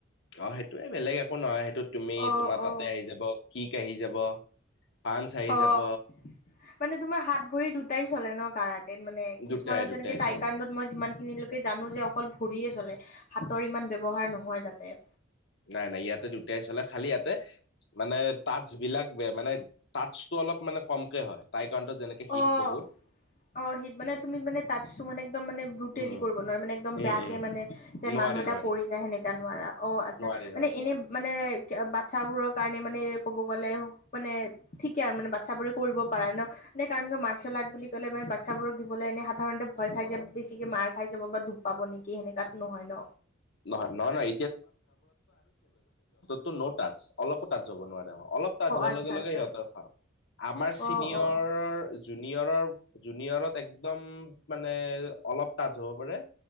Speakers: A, on the left; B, on the left.
A: অঁ সেইটোয়ে বেলেগ একো নহয় সেইটো তুমি
B: অ
A: তোমাৰ
B: অ
A: তাতে আহি যাব কিক আহি যাব। পাঁচ আহি
B: অঁ
A: যাব
B: মানে তোমাৰ হাত ভৰি দুটাই চলে ন। কাৰণ <unintelligible> মানে
A: দুটাই
B: কিছুমানত
A: দুটাই
B: যেনেকে টাইকাণ্ডত
A: চলক
B: মই যিমান খিনিলৈকে জানো যে অকল ভৰিয়ে চলে, হাতৰ ইমান ব্যৱহাৰ নহয় তাতে।
A: নাই-নাই ইয়াতে দুটাই চলে খালি ইয়াতে মানে টাটচ বিলাক বে মানে টাতছটো অলপ মানে কমকে হয় তাই কাৰণত যেনেকে হিট
B: অ'
A: বহুত
B: -অ' হিট মানে তুমি মানে তাতছটো মানে একদম মানে ব্ৰোটেলি
A: উম
B: কৰিব নোৱাৰা মানে একদম
A: উম
B: বেয়াকে
A: উম
B: মানে যেন
A: নোৱাৰি
B: মানুহ এটা
A: নোৱাৰি
B: পৰি যায় সেনেকা নোৱাৰা। অঁ, আচ্ছা
A: নোৱাৰি
B: মানে
A: নোৱাৰি
B: এনে মানে বাচ্ছাবোৰৰ কাৰণে মানে ক'ব গ'লে মানে ঠিকে আৰু মানে বাচ্ছা বোৰে কৰিব পাৰা মানে এ কাৰণ কি মাৰ্চেল আৰ্ট বুলি ক'লে মানে বাচ্ছাবোৰক দিবলৈ এনে সাধৰণতে ভয়
A: অ
B: খাই যায়,
A: অ
B: বেছিকে মাৰ্ খাই যাব বা দূপ পাব নেকি, সেনেকাটো নহয় ন।
A: নহয় নহয় নহয় ত' নট তাতছ, অলপো তাতচ হ'ব নোৱাৰে অ, অলপ টাটচ হোৱাৰ
B: আচ্ছা
A: লগে- লগে
B: আচ্ছা
A: সিহঁতৰ খ আমাৰ চিনিয়ৰৰ
B: অ অ
A: জুনিয়ৰৰ জুনিয়ৰত এক্দম মানে অলপ টাটচ হ'ব পাৰে